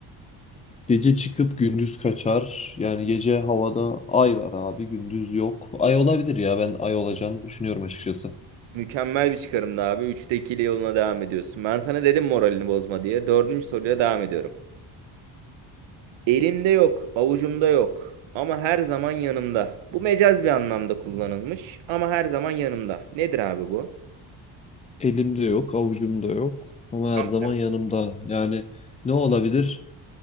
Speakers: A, on the left; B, on the right.
A: Gece çıkıp gündüz kaçar. Yani gece havada ay var abi, gündüz yok. Ay olabilir ya ben ay olacağını düşünüyorum açıkçası.
B: Mükemmel bir çıkarımdı abi. Üçte ikili yoluna devam ediyorsun. Ben sana dedim moralini bozma diye. Dördüncü soruyla devam ediyorum. Elimde yok, avucumda yok. Ama her zaman yanımda. Bu mecaz bir anlamda kullanılmış. Ama her zaman yanımda. Nedir abi bu?
A: Elimde yok, avucumda yok ama
B: Ama
A: her zaman yanımda. Yani ne olabilir?